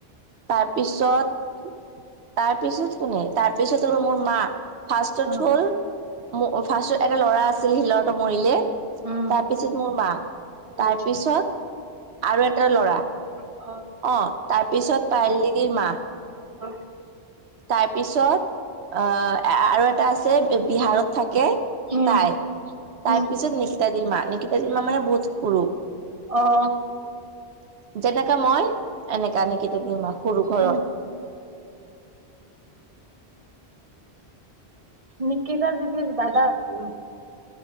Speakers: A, on the right; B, on the right.
A: তাৰপিছত তাৰপিছত কোনে তাৰপিছত হ'ল মোৰ ম ফাৰ্ষটত
B: অ
A: হ'ল ফাৰ্ষ্টত এটা ল'ৰা আছিল সি ল'ৰাটো মৰিলে
B: উম
A: তাৰপিছত মোৰ মা তাৰপিছত
B: অ
A: আৰু এটা ল'ৰা
B: অ
A: অ তাৰ পিছত পাৰলিগিৰ মা
B: অ
A: তাৰপিছত আহ আৰু এটা আছে বিহাৰত থাকে
B: উম
A: তাই
B: উম
A: তাৰ পিছত নিকিতাদিৰ মা নিকিতাদিৰ মা মানে বহুত সৰু
B: অ
A: যেনেকা মই এনেকা নিকিতা দি মই সৰু ঘৰত
B: উম নিকিতা দিদিৰ দাদা আছে ন